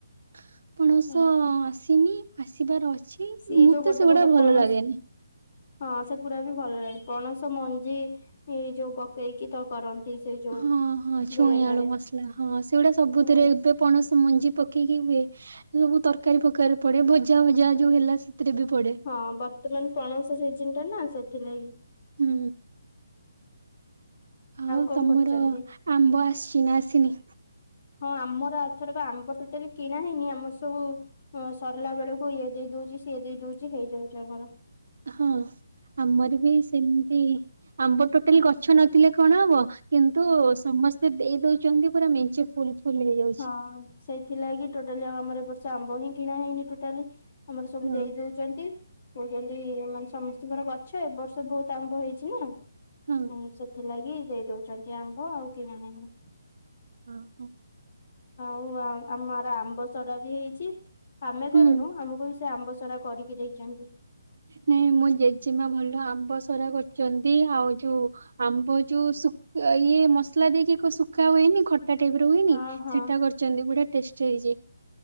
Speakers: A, on the right (about 60°); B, on the left (about 35°).
A: ପଣସ
B: ହୁଁ ହୁଁ।
A: ଆସିନି। ଆସିବାର ଅଛି
B: ସେଇ
A: ମୁତେ
B: ଯୋଉ ଗୋଟେ
A: ସେଗୁଡ଼ା
B: ଗୋଟେ
A: ଭଲ
B: ପଣସ
A: ଲାଗେନି।
B: ହଁ ସେଗୁଡ଼ା ବି ଭଲ ଲାଗେ ପଣସ ମଞ୍ଜି ଇ ଯୋଉ ତ ଦେଇକି ତ କରନ୍ତି ସେଇ ଯୋଉ
A: ହଁ ହଁ ଛୁଇଁ
B: ବେଳେ ବେଳେ
A: ଆଳୁ ମସଲା ହଁ ସେଗୁଡା ସବୁଥିରେ
B: ହୁଁ।
A: ଏବେ ପଣସ ମଞ୍ଜି ପକେଇକି ହୁଏ। ସବୁ ତରକାରୀ ପକାରିରେ ପଡ଼େ ଭଜା ଭଜା ଯୋଉ ହେଲା ସେଥିରେ ବି ପଡ଼େ।
B: ହଁ ବର୍ତ୍ତମାନ ପଣସ ସିଜିନ ଟା ନା ସେଥିଲାଗି।
A: ହୁଁ। ଆଉ
B: କଣ
A: ତମର
B: କରୁଛନ୍ତି?
A: ଆମ୍ବ ଆସିଛି ନା ଆସିନି?
B: ହଁ ଆମର ଆଥରକ ଆମ୍ବ ଟୋଟାଲି କିଣା ହେଇନି ଆମର ସବୁ ସ ସରିଲା ବେଳକୁ ଇଏ ଦେଇ ଦଉଛି ସିଏ ଦେଇ ଦଉଛି ହେଇଯାଉଛି। ଆମର।
A: ହଁ ଆମର ବି ସେମତି ଆମ୍ବ ଟୋଟାଲି ଗଛ ନଥିଲେ କଣ ହବ କିନ୍ତୁ ସମସ୍ତେ ଦେଇ ଦଉଛନ୍ତି ପୁରା ମେଞ୍ଚେ ଫୁଲ ଫୁଲ ହେଇଯାଉଛି।
B: ହଁ ସେଇଥିଲାଗି ଟୋଟାଲି ଆଉ ଆମର ଏ ବର୍ଷ ଆମ୍ବ ହିଁ କିଣା ହେଇନି ଟୋଟାଲି। ଆମର ସବୁ
A: ହଁ
B: ଦେଇ ଦଉ ଚନ୍ତି କହୁଛନ୍ତି ଏମାନେ ସମସ୍ତଙ୍କର ଗଛ ଏବ ବର୍ଷ ବହୁତ ଆମ୍ଭ ହେଇଛି ନା
A: ହଁ
B: ହୁଁ ସେଥିଲାଗି ଦେଇ ଦଉଛନ୍ତି ଆମ୍ବ ଆଉ କିଣା ହେଇନି।
A: ହଁ ହଁ।
B: ଆଉ ଆମର ଆମ୍ବ ସରା ବି ହେଇଛି ଆମେ
A: ହୁଁ।
B: କରିନୁ ଆମକୁ ବି ସେ ଆମ୍ବ ସରାା କରିକି ଦେଇଛନ୍ତି।
A: ନାଇଁ ମୋ ଜେଜେମା ଭଲ ଆମ୍ବସରା କରୁଛନ୍ତି ଆଉ ଯୋଉ ଆମ୍ବ ଯୋଉ ଶୁଖ୍ ଇଏ ମସଲା ଦେଇକି ଶୁଖା ହୁଏନି? ଖଟ୍- ଟା ଟାଇପ୍ ର ହୁଏନି
B: ହଁ ହଁ।
A: ସେଇଟା କରିଚନ୍ତି, ବଢ଼ିଆ ଟେଷ୍ଟି ହେଇଚି।